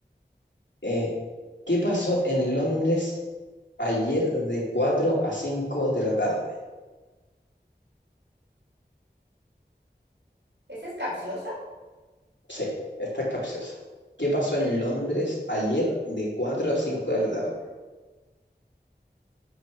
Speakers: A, on the left; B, on the right.
A: Eh, ¿qué pasó en Londres ayer de 4 a 5 de la tarde?
B: ¿Esa es capciosa?
A: Sí, esta es capciosa. ¿Qué pasó en Londres ayer de 4 a 5 de la tarde?